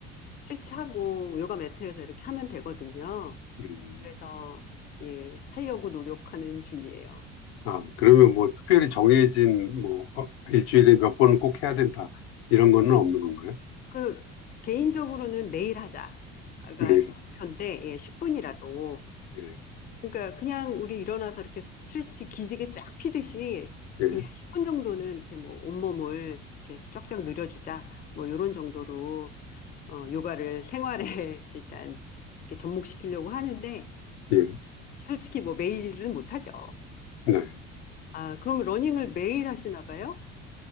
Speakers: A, on the left; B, on the left.
A: 스트레치하고 요가 매트에서 이렇게 하면 되거든요.
B: 음.
A: 그래서 예, 하려고 노력하는 중이에요.
B: 아, 그러면 뭐 특별히 정해진 뭐 어, 일주일에 몇 번은 꼭 해야 된다 이런 거는 없는 건가요?
A: 그 개인적으로는 매일 하자가
B: 매일.
A: 저 목표인데 예, 10분이라도
B: 예.
A: 그러니까 그냥 우리 일어나서 이렇게 스트레치 기지개 쫙 피듯이
B: 예.
A: 그냥 10분 정도는 이렇게 뭐 온몸을 이렇게 쫙쫙 늘려주자. 뭐 요런 정도로 어, 요가를 생활에 <laughs> 일단 이렇게 접목시키려고 하는데
B: 예.
A: 예, 솔직히 뭐 매일은 못하죠.
B: 네.
A: 아, 그럼 러닝을 매일 하시나 봐요?